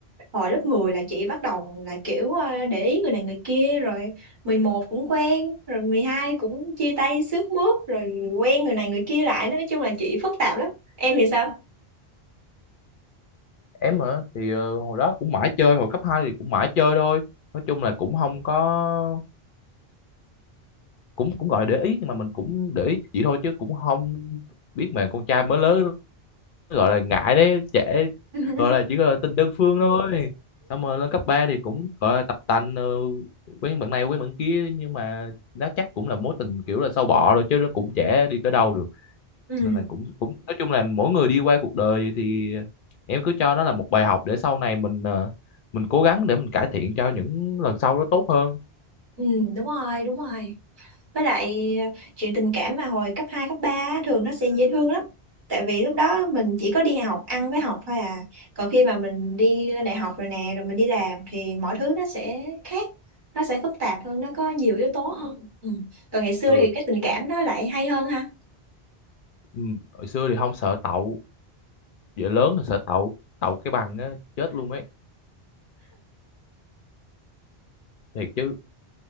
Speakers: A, on the right; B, on the left.
A: hồi lớp 10 là chị bắt đầu là kiểu ờ, để ý người này người kia rồi 11 cũng quen rồi 12 cũng chia tay xước mướt rồi quen người này người kia lại nói chung là chị phức tạp lắm em thì sao
B: em hả thì ờ, hồi đó cũng mãi chơi hồi cấp 2 thì cũng mãi chơi thôi nói chung là cũng không có cũng cũng gọi là để ý nhưng mà mình cũng để ý chị thôi chứ cũng không biết mà con trai mới lớn gọi là ngại đấy trẻ
A: <laughs>
B: gọi là chỉ gọi là tình đơn phương thôi xong rồi lên cấp 3 thì cũng gọi là tập tành ờ, quen bạn này quen bạn kia nhưng mà nó chắc cũng là mối tình kiểu là sâu bọ rồi chứ nó cũng trẻ đi tới đâu được
A: ừ,
B: nên là cũng cũng nói chung là mỗi người đi qua cuộc đời thì em cứ cho nó là một bài học để sau này mình ờ, mình cố gắng để mình cải thiện cho những lần sau nó tốt hơn
A: ừ đúng rồi đúng rồi Với lại ờ, chuyện tình cảm mà hồi cấp 2 cấp 3 á, thường nó sẽ dễ thương lắm. Tại vì lúc đó mình chỉ có đi học, ăn với học thôi à. Còn khi mà mình đi lên đại học rồi nè, rồi mình đi làm thì mọi thứ nó sẽ khác. Nó sẽ phức tạp hơn, nó có nhiều yếu tố hơn. Ừ. Còn ngày xưa
B: ừ
A: thì cái tình cảm nó lại hay hơn ha.
B: ừ. hồi xưa thì không sợ đậu giờ lớn thì sợ đậu đậu cái bằng á chết luôn ấy thiệt chứ